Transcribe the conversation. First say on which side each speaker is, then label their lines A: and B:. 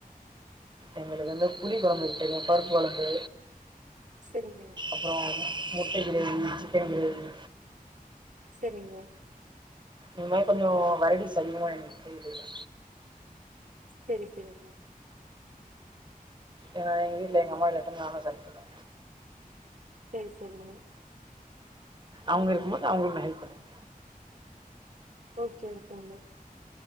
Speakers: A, on the right; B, on the right.
A: எங்களுக்கு வந்துப் புளி கொழம்பு வெக்தெரியு பருப்பு கொழம்பு
B: செரிங்க
A: அப்றோ முட்டை கிரேவி சிக்கன் கிரேவி
B: செரிங்க
A: இன் மாரி கொஞ்சோ வெரவிஸ் அதிகமா எனகு செய்யத் தெரியு
B: செரி செரிங்க
A: எங்க எங்க வீட்ல எங்க அம்மா இல்லாட்டா நானா சம்ச்சிப்பே
B: செரி செரிங்க
A: அவுங்க இருக்கும் போது அவுங்களுக்கு மேனேஜ் பண்ணுங்க
B: ஓகே ஓகேங்க